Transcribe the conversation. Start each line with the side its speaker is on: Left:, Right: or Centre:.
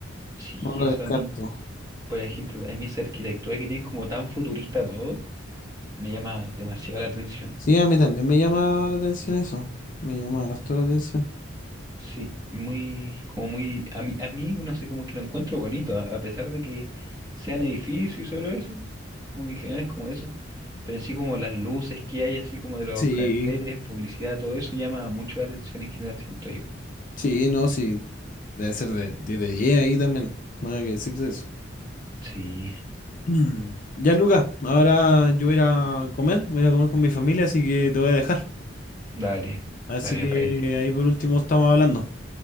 Right: Sí,
Left: no lo
Right: que eso
Left: descarto.
Right: a mí Por ejemplo, a mí esa arquitectura que tiene como tan futurista todo, me llama demasiado la atención.
Left: Sí, a mí también me llama la atención eso, me llama harto la atención.
Right: Sí, muy, como muy, a mí, a mí, no sé, como que lo encuentro bonito, a, a pesar de que sean edificios y solo eso, como que en general es como eso, pero en sí como las luces que hay, así como de los
Left: Sí,
Right: carteles, publicidad, todo eso llama mucho la atención en general, siento yo.
Left: sí, no, sí. Debe ser de, de, de EA ahí también. Nada que decir de eso. <clears throat>
Right: Sí,
Left: Mm. Ya, Luca, ahora yo voy a ir a comer, voy a ir a comer con mi familia, así que te voy a dejar.
Right: dale,
Left: Así
Right: dale,
Left: que
Right: me parece. O
Left: ahí
Right: sea.
Left: por último estamos hablando.